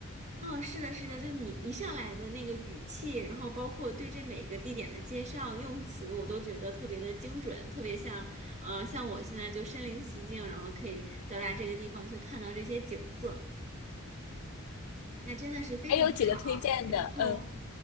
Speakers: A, on the right; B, on the left.
A: 哦，是的，是的，就你一上来的那个语气，然后包括对这每个地点的介绍用词，我都觉得特别的精准，特别像呃，像我现在就身临其境，然后可以到达这个地方去看到这些景色，那真的是非常好。
B: 还有几个推荐的，
A: 然后。
B: 嗯。